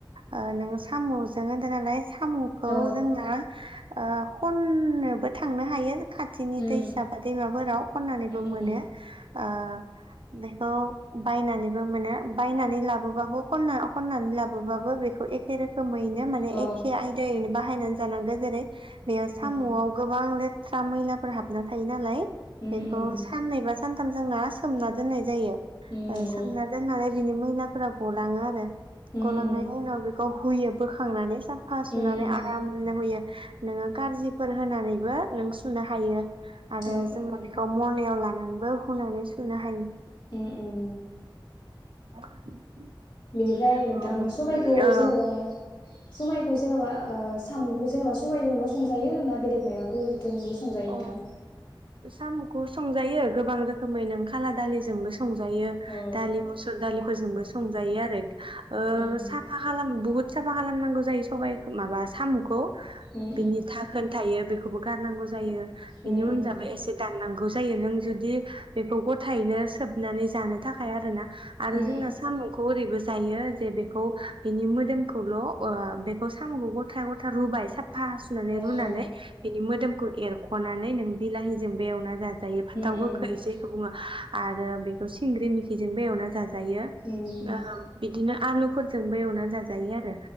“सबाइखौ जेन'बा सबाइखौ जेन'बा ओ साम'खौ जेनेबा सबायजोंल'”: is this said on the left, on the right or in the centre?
Left